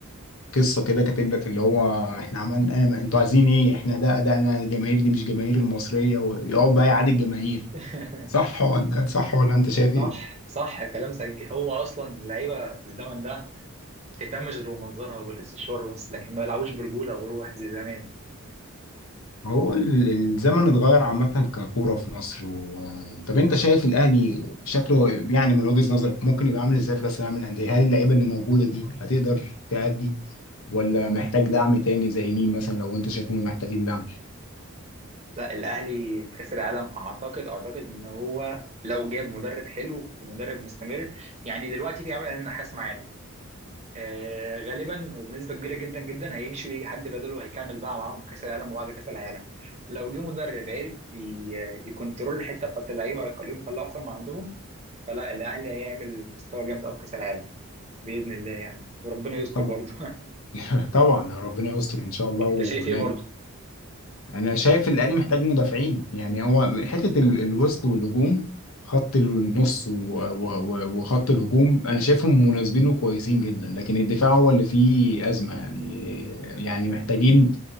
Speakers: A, on the left; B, on the right.
A: قصة كده كاتب لك اللي هو احنا عملنا ايه ما انتوا عايزين ايه احنا ده ادائنا الجماهير دي مش جماهير المصرية ويقعد بقى يعادي الجماهير
B: <laughs>
A: صح ولا صح ولا انت شايف ايه
B: صح صح كلام سجي هو اصلا اللعيبه في الزمن ده ما بتهتمش غير بمنظرها والاستشوار بس لكن ما بيلعبوش برجوله وروح زي زمان
A: هو ال- الزمن اتغير عامة ككورة في مصر و... طب انت شايف الاهلي شكله يعني من وجهة نظرك ممكن يبقى عامل ازاي في كأس العالم للأندية؟ هل اللعيبة اللي موجودة دي هتقدر تأدي ولا محتاج دعم تاني زي مين مثلا لو انت شايفهم محتاجين دعم؟
B: لا الاهلي في كاس العالم اعتقد اعتقد ان هو لو جاب مدرب حلو ومدرب مستمر يعني دلوقتي في عمل النحاس معانا آه غالبا وبنسبه كبيره جدا جدا هيمشي ويجي حد بداله وهيكمل بقى معاهم كاس العالم وبعد كاس العالم لو جه مدرب عرف ي- يكنترول الحته بتاعت اللعيبه ويخليهم يطلعوا احسن ما عندهم فلا الاهلي هيعمل مستوى جامد قوي في كاس العالم باذن الله يعني وربنا يستر
A: طبعا
B: برضه <laughs>
A: <laughs> طبعا ربنا يستر ان شاء الله ونعمل
B: انت شايف ايه برضه؟
A: انا شايف الاهلي محتاج مدافعين يعني هو حته ال- الوسط والهجوم خط النص و- و- و- وخط الهجوم انا شايفهم مناسبين وكويسين جدا لكن الدفاع هو اللي فيه ازمه يعني يعني محتاجين